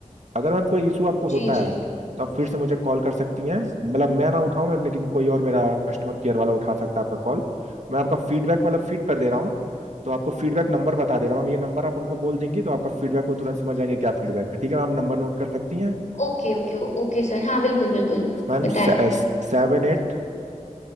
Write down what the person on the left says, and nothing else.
जी जी
ओके ओके ओ- ओके सर हाँ बिल्कुल बिल्कुल
बताएं